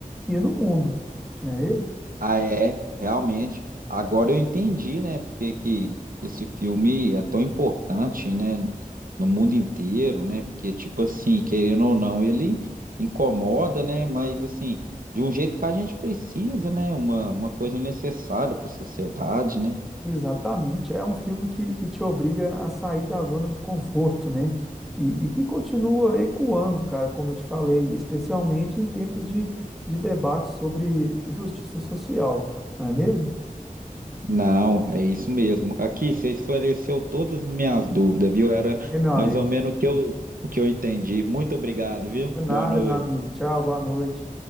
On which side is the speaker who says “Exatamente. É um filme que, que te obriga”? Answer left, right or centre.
Centre